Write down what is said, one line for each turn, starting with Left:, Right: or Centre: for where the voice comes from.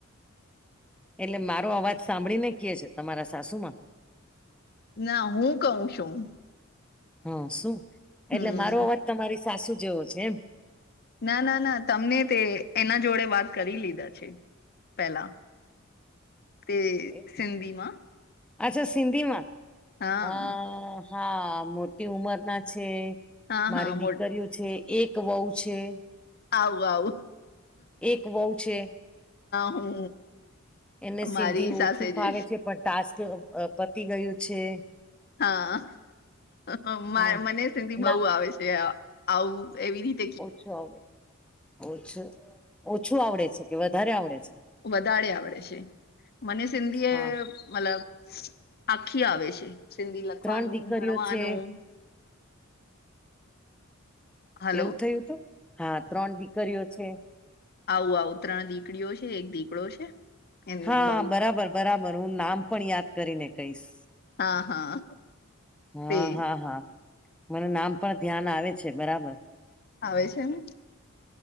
Centre: એટલે મારો અવાજ સાંભળી ને ક છે તમારા સાસુ માં
Left: ના હું કહું છું
Centre: હા શું
Left: હમ
Centre: એટલે મારો અવાજ તમારી સાસુ જેવો છે એમ?
Left: ના ના ના તમને તે એના જોડે વાત કરી લીધા છે. પેલા તે
Centre: એમ.
Left: સધીમાં- -
Centre: અચ્છા સિંધીમાં
Left: હા
Centre: હ હા મોટી ઉમર ના છે- -
Left: હા
Centre: મારી
Left: હા મો
Centre: દીકરીઓ છે એક વહુ છે- -
Left: આવ આવ.
Centre: એક વહુ છે
Left: હું
Centre: એને
Left: મારી
Centre: સિંધી
Left: સાસે
Centre: ઓછું ભાવે
Left: જે
Centre: છે પ- - ટાસ્ક પતી ગયું છે.
Left: હા
Centre: હમ
Left: મને સિધી બહ
Centre: ના
Left: આવે છે આવું એવી રીતે- -
Centre: ઓછું આવડ ઓછું ઓછું આવડે છે કે વધારે આવડે છે?
Left: વધારે આવડે છે મને સિંધી
Centre: હા
Left: એ મતલબ- - આખી આવે છે સિંધી લખવાનું
Centre: ત્રણ દીકરીઓ
Left: ભણવાનું-
Centre: છે
Left: - હલો
Centre: એવું થયું હતું હા ત્રણ દીકરીઓ છે.
Left: આવું આવું ત્રણ દીકરીઓ છે એક દીકરો છે. એમને
Centre: હા
Left: બઉ
Centre: બરાબર બરાબર હું નામ પણ યાદ કરીને કહીશ.
Left: હા હા.
Centre: હા
Left: તે
Centre: હા હા મને નામ પણ ધ્યાન આવે છે બરાબર.
Left: આવે છે ને?